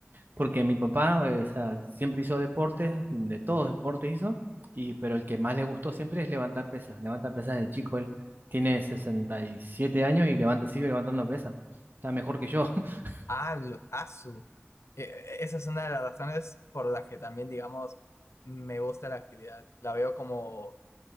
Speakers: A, on the right; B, on the left.
A: Porque mi papá, eh, o sea, siempre hizo deportes, de todos deportes hizo, y, pero el que más le gustó siempre es levantar pesas. Levanta pesas de chico, él tiene 67 años y levanta, sigue levantando pesas. Está mejor que yo. <laughs>
B: Ah, lo- asu. E- e, Esa es una de las razones por las que también, digamos, me gusta la actividad. La veo como